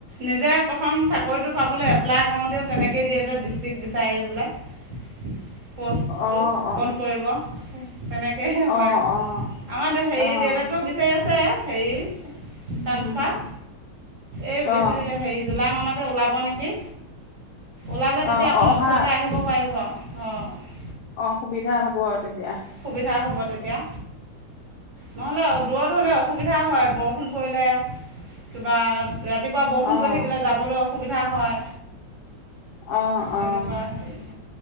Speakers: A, on the right (about 50°); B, on the left (about 80°).
A: নিজে প্ৰথম চাকৰিটো পাবলে এপ্লাই কৰোতে তেনেকেই দিয়ে যে ডিষ্ট্ৰিক্ট বিচাৰি পেলাই পষ্টটো
B: অ', অ',
A: ক'ত
B: উম,
A: কৰিব। তেনেকে হে হয়।
B: অ', অ',
A: আমাৰ দে হেৰি
B: অ',
A: দেউতাকেও বিচাৰি আছে হেৰি
B: উম,
A: ট্ৰানস্ফাৰ, এই বেছি
B: অ',
A: হেৰি জুলাই মানত ওলাব নেকি, ওলালে তেতিয়া
B: অ',
A: অকণ
B: অ অহা
A: ওচৰলে আহিব পাৰিব আও, অ'।
B: অ', সুবিধা হব আৰু তেতিয়া।
A: সুবিধা হ'ব তেতিয়া নহ'লে অ দূৰত হ'লে অসুবিধা হয় বৰষুণ পৰিলে, কিবা ৰা ৰাতিপুৱা বৰষুণ
B: অ',
A: পৰি থাকিলে যাবলৈ অসুবিধা হয়।
B: অ',
A: তেনেকুৱা
B: অ',
A: হেৰি,